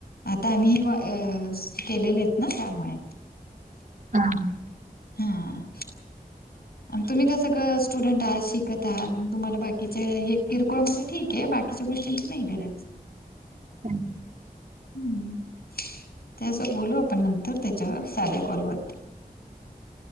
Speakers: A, on the left (about 80°); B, on the right (about 55°).
A: आता आम्ही हे केलेले आहेत ना त्यामुळे
B: हा.
A: हा तुम्ही कसंं स्टुडंट आहात शिकत आहात मग तुम्हाला बाकीच्या हे किरकोळमध्ये ठीक क बाकीच्या गोष्टींची नाही गरज.
B: हम ह
A: हम्म ते असं बोलू आपण नंतर त्याच्यावर साध्या कॉलवरती.